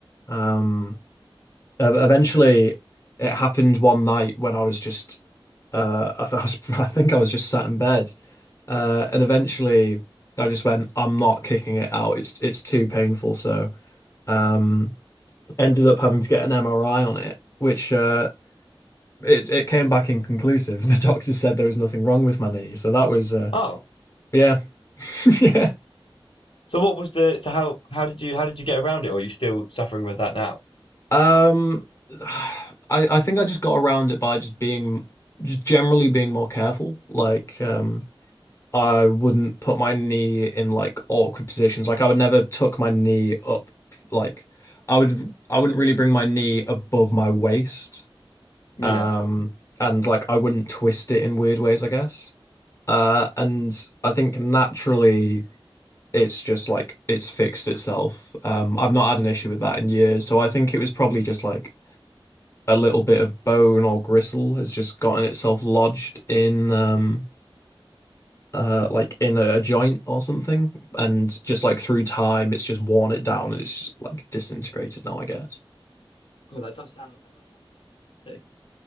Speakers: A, on the left; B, on the left.
A: um, e- eventually it happened one night when I was just uh, I, th I was <laughs> I think I was just sat in bed, uh, and eventually I just went, I'm not kicking it out. It's it's too painful, so. Um, ended up having to get an MRI on it, which uh, it it came back inconclusive. <laughs> The doctor said there was nothing wrong with my knee, so that was uh,
B: Oh,
A: yeah, <laughs> yeah.
B: so what was the, so how, how did you, how did you get around it? Or are you still suffering with that now?
A: Um, <sighs> I I think I just got around it by just being just generally being more careful. Like um, I wouldn't put my knee in like awkward positions. Like I would never tuck my knee up. Like I would I wouldn't really bring my knee above my waist.
B: Yeah.
A: Um, and like I wouldn't twist it in weird ways, I guess. Uh, and I think naturally it's just like it's fixed itself. Um, I've not had an issue with that in years, so I think it was probably just like a little bit of bone or gristle has just gotten itself lodged in um uh like in a, a joint or something, and just like through time it's just worn it down and it's just like disintegrated now, I guess.
B: God, that does sound that does sound quite nasty.